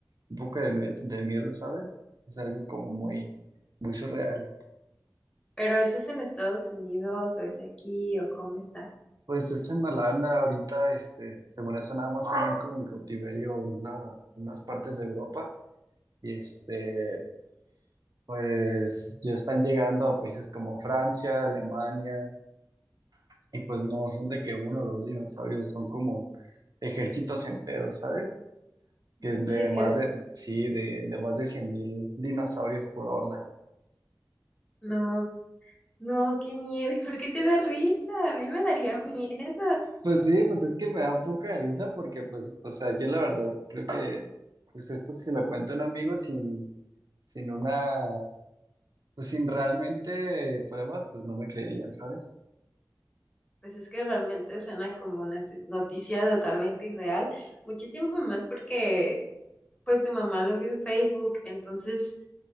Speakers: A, on the right (about 60°); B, on the left (about 15°).
A: un poco de, me- de miedo, ¿sabes? Es algo como muy, muy surreal.
B: Pero ¿eso es en Estados Unidos o es aquí o cómo está?
A: Pues es en Holanda ahorita, este, según eso nada más tenían como en cautiverio una, unas partes de Europa y este, pues ya están llegando a países como Francia, Alemania, Y pues no son de que uno o dos dinosaurios, son como ejércitos enteros, ¿sabes?
B: ¿Es
A: Que
B: en
A: de
B: serio?
A: más Ah, de, sí, de, de más de cien mil dinosaurios por horda.
B: No. No, qué miedo. ¿y ¿Por qué te da risa? A mí me daría miedo.
A: Pues sí, pues es que me da un poco de risa porque, pues, o sea, yo la verdad creo que, pues esto se lo cuento a un amigo sin, sin una, pues sin realmente pruebas, pues no me creerían, ¿sabes?
B: Pues es que realmente suena como una ti- noticia totalmente irreal. Muchísimo más porque pues tu mamá lo vio en Facebook. Entonces,